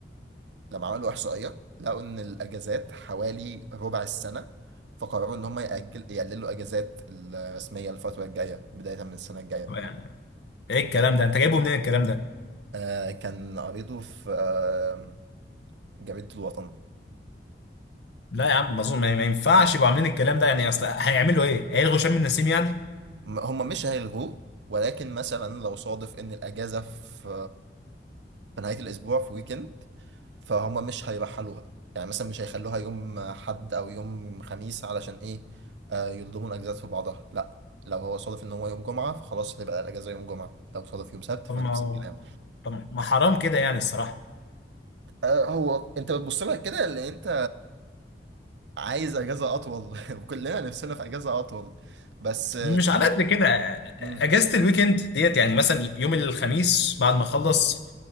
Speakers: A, on the right; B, on the left.
A: لما عملوا إحصائية لقوا إن الأجازات حوالي ربع السنة فقرروا إن هم يأجل يقللوا أجازات الرسمية الفترة الجاية بداية من السنة الجاية
B: يعني ايه الكلام ده انت جايبه منين الكلام ده
A: آه كان قريته في آه جريدة الوطن
B: لا يا عم ما اظن ما ما ينفعش يبقوا عاملين الكلام ده يعني اصل هيعملوا ايه هيلغوا شم النسيم يعني
A: م- هم مش هيلغوه ولكن مثلا لو صادف إن الأجازة في في نهاية الأسبوع في ويكند فهم مش هيرحلوها يعني مثلا مش هيخلوها يوم حد أو يوم خميس علشان إيه آه، يلضموا الأجازات في بعضها لأ لو هو صادف إن هو يوم جمعة فخلاص هتبقى الأجازة يوم جمعة لو صادف يوم سبت
B: طب
A: فنفس
B: ما هو-
A: الكلام
B: طب ما حرام كده يعني الصراحه
A: آه، هو أنت بتبص لها كده اللي أنت عايز أجازة أطول <laughs> وكلنا نفسنا في أجازة أطول بس
B: مش على قد كده اجازه
A: امم
B: الويكند ديت يعني مثلا يوم الخميس بعد ما اخلص